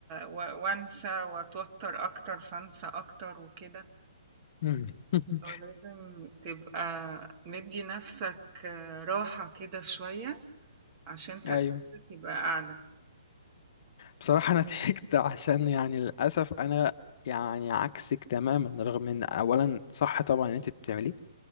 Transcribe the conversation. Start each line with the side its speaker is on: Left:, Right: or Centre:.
Right: و... وأنسى وأتوتر أكتر فأنسى أكتر وكده
Left: مم. <laughs>
Right: لازم تبقى مدي نفسك راحة كده شوية عشان تركيزك
Left: ايوه
Right: يبقى أعلى
Left: بصراحة انا <laughs> ضحكت عشان يعني للاسف انا يعني عكسك تماما رغم ان اولا صح طبعا ان انت بتعمليه